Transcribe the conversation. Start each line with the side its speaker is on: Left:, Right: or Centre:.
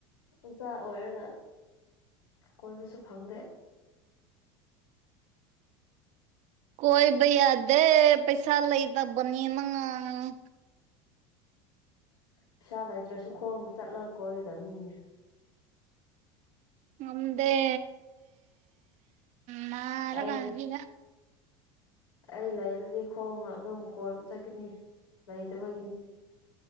Left: ꯑꯣꯖꯥ ꯑꯣꯏꯔꯒ ꯀꯣꯏꯕꯁꯨ ꯐꯪꯗꯦ
Right: ꯀꯣꯏ ꯩ ꯌꯥꯗꯦ ꯄꯩꯁꯥ ꯂꯩ ꯇꯕꯅꯤ ꯃꯉꯥꯡ
Left: ꯄꯩꯁꯥ ꯂꯩꯇ꯭ꯔꯁꯨ ꯈꯣꯡ ꯆꯠꯂꯒ ꯀꯣꯏꯒꯗꯕꯅꯤꯅꯦ
Right: ꯑꯗ ꯅꯔꯒꯥꯟꯙꯗ
Left: ꯑꯩ ꯑꯩ ꯂꯩꯔꯗꯤ ꯈꯣꯡꯅ ꯑꯗꯨꯝ ꯀꯣꯏꯕ ꯆꯠꯀꯅꯤ ꯂꯩꯇꯕꯒꯤꯅꯤ <inaudible>